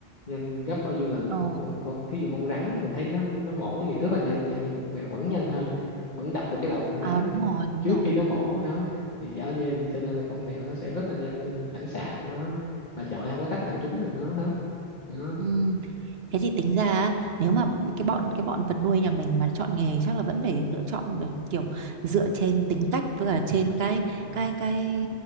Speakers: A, on the left; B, on the right.
A: nhanh gấp bao nhiêu lần
B: Ờ,
A: của con con ví dụ con rắn mình thấy nó nó mổ vậy rất là nhanh nha nhưng mà con mèo vẫn nhanh hơn vẫn đập được cái đầu con rắn
B: à, đúng rồi, đúng
A: trước
B: rồi.
A: khi nó mổ đó thì dạo như cho nên là con mèo nó sẽ rất là nhanh cho nên phản xạ của nó mà chọi không có cách nào trúng được nó hết đó
B: Ừm, Thế thì tính ra á, nếu mà cái bọn cái bọn vật nuôi nhà mình mà chọn nghề chắc là vẫn phải lựa chọn được kiểu dựa trên tính cách với cả trên cái
A: ừ,
B: cái cái